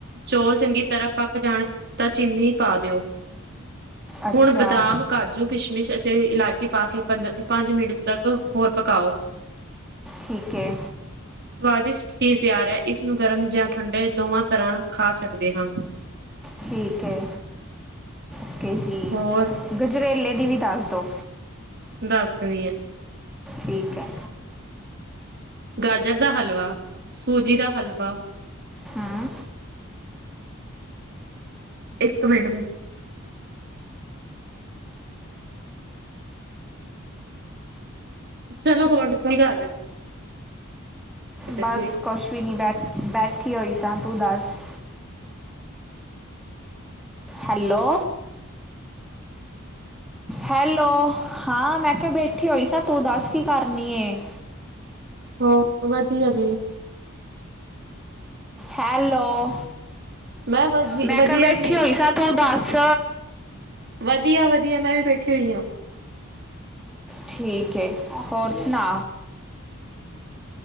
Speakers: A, on the right (about 50°); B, in the centre.
A: ਚੌਲ ਚੰਗੀ ਤਰ੍ਹਾਂ ਪੱਕ ਜਾਣ ਤਾਂ ਚੀਨੀ ਪਾ ਦਿਓ
B: ਅੱਛਾ
A: ਹੁਣ ਬਦਾਮ ਕਾਜੂ ਕਿਸ਼ਮਿਸ਼ ਅਸੀਂ ਇਲਾਇਚੀ ਪਾ ਕੇ ਪੰਦਰ ਪੰਜ ਮਿੰਟ ਤੱਕ ਹੋਰ ਪਕਾਓ
B: ਠੀਕ ਹੈ
A: ਹਾਂ ਸਵਾਦਿਸ਼ਟ ਖੀਰ ਤਿਆਰ ਹੈ ਇਸ ਨੂੰ ਗਰਮ ਜਾਂ ਠੰਡੇ ਦੋਵਾਂ ਤਰ੍ਹਾਂ ਖਾ ਸਕਦੇ ਹਾਂ,
B: ਠੀਕ ਹੈ ਓਕੇ ਜੀ
A: ਹੋਰ
B: ਗਜਰੇਲੇ ਦੀ ਵੀ ਦੱਸ ਦਿਉ,
A: ਦੱਸ ਦੇਣੀ ਆ
B: ਠੀਕ ਹੈ।
A: ਗਾਜਰ ਦਾ ਹਲਵਾ, ਸੂਜੀ ਦਾ ਹਲਵਾ
B: ਹੈਂ।
A: ਇੱਕ ਮਿੰਟ ਚਲੋ ਬੋਟ ਸਹੀ ਗੱਲ ਪਏ
B: ਬਸ
A: ਸੀ
B: ਕੁਛ ਵੀ ਨਹੀਂ ਬੈਠ ਬੈਠੀ ਹੋਈ ਸਾਂ ਤੂੰ ਦੱਸ ਹੈਲੋ ਹੈਲੋ ਹਾਂ ਮੈਂ ਕਿਹਾ ਬੈਠੀ ਹੋਈ ਸ ਤੂੰ ਦੱਸ ਕੀ ਕਰਨੀ
A: ਹੋ ਵਧੀਆ ਜੀ
B: ਹੈਲੋ
A: ਮੈਂ ਵ
B: ਮੈਂ
A: ਵਧੀਆ
B: ਕਿਹਾ ਬੈਠੀ
A: ਜੀ
B: ਹੋਈ ਸਾਂ ਤੂੰ ਦੱਸ,
A: ਵਧੀਆ ਵਧੀਆ ਮੈਂ ਵੀ ਬੈਠੀ ਹੋਈ ਹਾਂ।
B: ਠੀਕ ਹੈ ਹੋਰ ਸੁਣਾ